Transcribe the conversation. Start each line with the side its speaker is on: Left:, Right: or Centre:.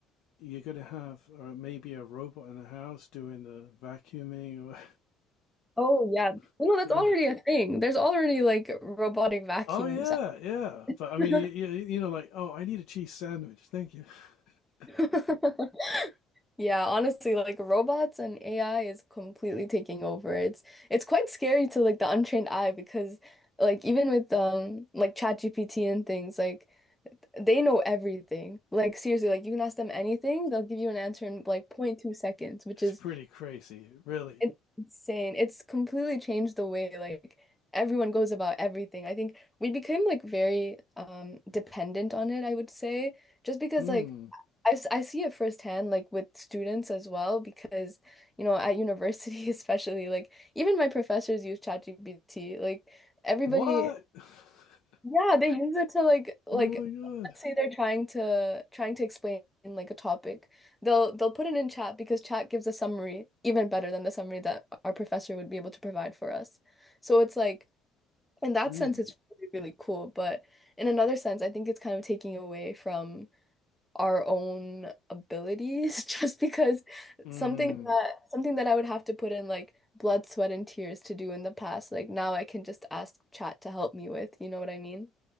Left: you're going to have uh, maybe a robot in the house doing the vacuuming or,
Centre: Oh yeah.
Left: <laughs>
Centre: No, that's
Left: you
Centre: already
Left: know.
Centre: a thing. There's already like robotic vacuums.
Left: Oh, yeah, yeah. But I
Centre: <laughs>
Left: mean, you, you, you know, like, oh, I need a cheese sandwich. Thank you. <laughs>
Centre: <laughs> Yeah, honestly, like robots and AI is completely taking over. It's it's quite scary to like the untrained eye because like even with um like ChatGPT and things, like they know everything. Like seriously, like you can ask them anything, they'll give you an answer in like point two seconds, which
Left: It's
Centre: is
Left: pretty crazy, really.
Centre: it's insane. It's completely changed the way like everyone goes about everything. I think we became like very um dependent on it, I would say, just because
Left: Hmm.
Centre: like I, s- I see it firsthand like with students as well because you know at university <laughs> especially like even my professors use ChatGPT. Like everybody
Left: What? <laughs>
Centre: yeah, they use it to like like
Left: Oh my god.
Centre: let's say they're trying to trying to explain like a topic. They'll they'll put it in chat because chat gives a summary even better than the summary that our professor would be able to provide for us. So it's like in that
Left: Mm.
Centre: sense it's really, really cool, but in another sense I think it's kind of taking away from our own abilities <laughs> just because
Left: Mm,
Centre: something that something that I would have to put in like blood, sweat, and tears to do in the past, like now I can just ask chat to help me with, you know what I mean?